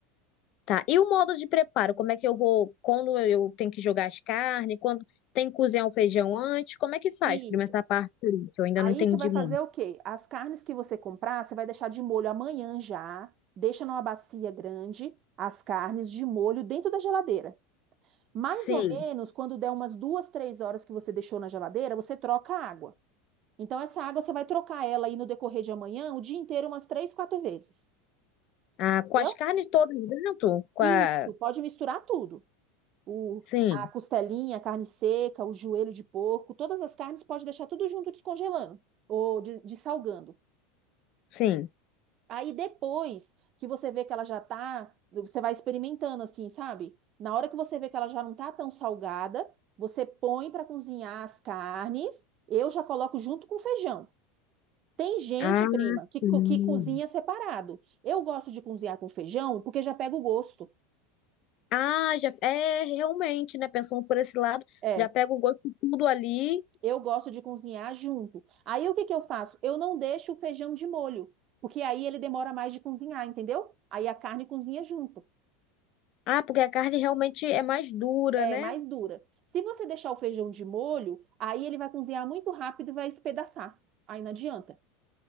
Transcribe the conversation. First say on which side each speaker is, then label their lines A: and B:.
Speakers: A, on the left; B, on the right.
A: Tá. E o modo de preparo? Como é que eu vou. Quando eu tenho que jogar as carnes? Quando tem que cozinhar o feijão antes? Como é que faz?
B: Isso.
A: Prima, essa parte aí, que eu ainda
B: Aí
A: não entendi
B: você vai fazer
A: muito.
B: o quê? As carnes que você comprar, você vai deixar de molho amanhã já. Deixa numa bacia grande as carnes de molho dentro da geladeira. Mais
A: Sim.
B: ou menos, quando der umas duas, três horas que você deixou na geladeira, você troca a água. Então, essa água você vai trocar ela aí no decorrer de amanhã, o dia inteiro, umas três, quatro vezes.
A: Ah, com
B: Entendeu?
A: as carnes todas dentro? Com
B: Isso,
A: a...
B: pode misturar tudo. o,
A: Sim,
B: a costelinha, a carne seca, o joelho de porco, todas as carnes pode deixar tudo junto descongelando ou de- dessalgando.
A: sim.
B: Aí depois que você vê que ela já tá, você vai experimentando assim, sabe? Na hora que você vê que ela já não tá tão salgada, você põe para cozinhar as carnes. Eu já coloco junto com feijão. Tem gente,
A: Ah,
B: prima, que, co-
A: sim.
B: que cozinha separado. Eu gosto de cozinhar com feijão porque já pega o gosto.
A: Ah, já é realmente, né? Pensando por esse lado,
B: é.
A: já pega o gosto de tudo ali.
B: Eu gosto de cozinhar junto. Aí o que que eu faço? Eu não deixo o feijão de molho, porque aí ele demora mais de cozinhar, entendeu? Aí a carne cozinha junto,
A: Ah, porque a carne realmente é mais dura,
B: é
A: né?
B: mais dura. Se você deixar o feijão de molho, aí ele vai cozinhar muito rápido e vai espedaçar. Aí não adianta,